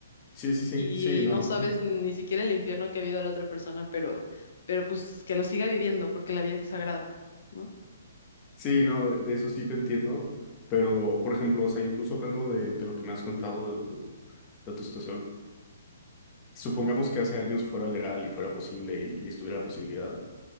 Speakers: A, on the left; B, on the left.
A: Sí, sí, sí,
B: y
A: sí, no,
B: no sabes ni siquiera el infierno que ha habido la otra persona, pero, pero pues que lo siga viviendo porque la vida es sagrada, ¿no?
A: <laughs> sí, no, de de eso sí te entiendo, pero, por ejemplo, o sea, incluso hablando de, de lo que me has contado de tu, de tu situación, supongamos que hace años fuera legal y fuera posible y y estuviera la posibilidad.